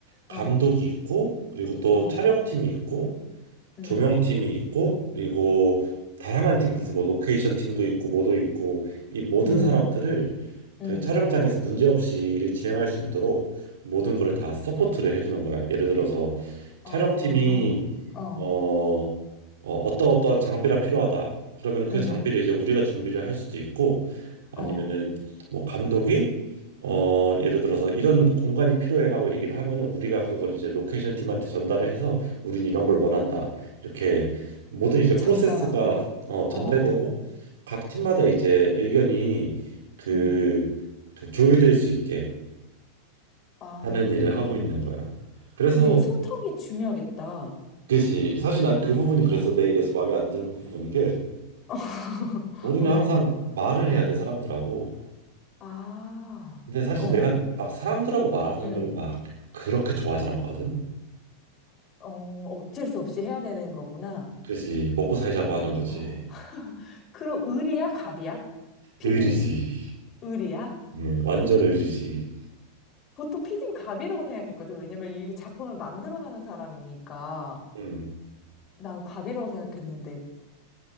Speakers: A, on the right; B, on the left.
A: 감독이
B: 어,
A: 있고 그리고 또
B: 어,
A: 촬영팀이 있고
B: 음,
A: 두 명 팀이 있고 그리고 다양한 팀도 있어. 뭐 로케이션 팀도 있고 뭐도 있고 이 모든
B: 음,
A: 사람들을
B: 음.
A: 그 촬영장에서 문제없이 일을 진행할 수 있도록 모든 거를 다 서포트를 해주는 거야. 예를 들어서
B: 어,
A: 촬영팀이
B: 어,
A: 어, 어 어떤 어떠한 장비가 필요하다. 그러면 그
B: 음,
A: 장비를 이제 우리가 준비를 할 수도 있고 아니면은
B: 어,
A: 뭐 감독이 어 예를 들어서 이런 공간이 필요해라고 얘기를 하면은 우리가 그걸 이제 로케이션 팀한테 전달을 해서 우린 이런
B: 어,
A: 걸 원한다. 이렇게 모든 이제 프로세스가
B: 전달하고,
A: 어, 전달되고
B: 어, 어,
A: 각 팀마다 이제 의견이 그,
B: 음.
A: 그 조율될 수 있게
B: 아,
A: 하는 일을 하고 있는 거야. 그래서
B: 그럼 되게 소통이 중요하겠다.
A: 그지 사실 난 그 부분이
B: 어,
A: 그래서 내 일에서 마음에 안 드는 부분인 게
B: <laughs>
A: 우리는
B: 어,
A: 항상 말을
B: 어,
A: 해야 돼 사람들하고.
B: 아,
A: 근데 사실
B: 어,
A: 내가 막 사람들하고 말하는
B: 음,
A: 걸 막 그렇게 좋아하진 않거든.
B: 어, 어쩔 수 없이 해야 되는 거구나.
A: 그지 먹고 살자고 하는 거지.
B: 어, 그럼 을이야, 갑이야? 피디는
A: 의리지.
B: 을이야?
A: 음, 완전 의리지.
B: 보통 피디는 갑이라고 생각했거든. 왜냐면 이 작품을 만들어가는 사람이니까.
A: 음.
B: 난 갑이라고 생각했는데,